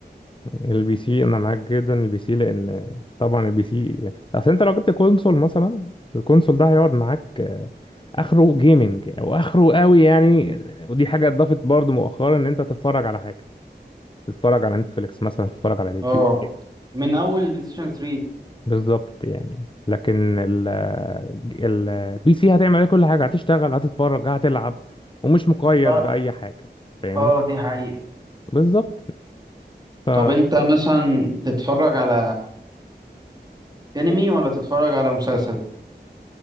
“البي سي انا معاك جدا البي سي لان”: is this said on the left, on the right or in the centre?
Left